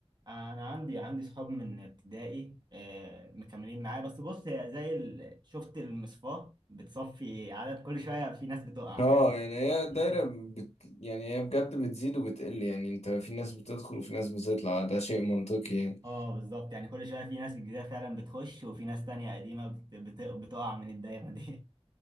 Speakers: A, on the right; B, on the left.
A: انا عندي عندي صحاب من ابتدائي آه، مكملين معايا بس بص هي زي ال- شفت المصفاة بتصفي عدد كل شوية في ناس بتقع
B: اه
A: يعني
B: يعني هي الدايرة
A: <laughs>
B: بت يعني هي بجد بتزيد وبتقل يعني انت في ناس بتدخل وفي ناس بتطلع ده شيء منطقي يعني
A: اه بالظبط يعني كل شويه في ناس جديده فعلا بتخش وفي ناس تانية قديمه بت- بت- بتقع من الدايره دي